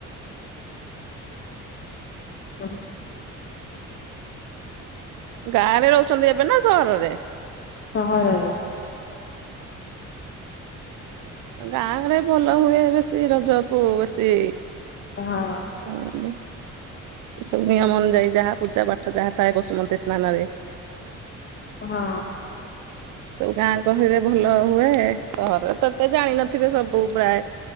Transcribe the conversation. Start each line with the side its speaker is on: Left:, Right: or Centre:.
Left: <unintelligible> <inaudible>
Right: ଗାଁ ରେ ରହୁଛନ୍ତି ଏବେ ନା ସହରରେ?
Left: ସହରରେ।
Right: ଗାଁରେ ଭଲ ହୁଏ ବେଶୀ ରଜ କୁ ବେଶୀ
Left: ହଁ।
Right: <inaudible> ସବୁ ନିୟମ ଅନୁଯାୟୀ ଯାହା ପୂଜା ପାଠ ଯାହା ଥାଏ ବସୁମନ୍ତୀ ସ୍ନାନ ରେ।
Left: ହଁ।
Right: ସବୁ ଗାଁ ଗହଲଳି ରେ ଭଲ ହୁଏ। ସହରରେ ତ ଏତେ ଜାଣିନଥିବେ ସବୁ ପ୍ରାୟ!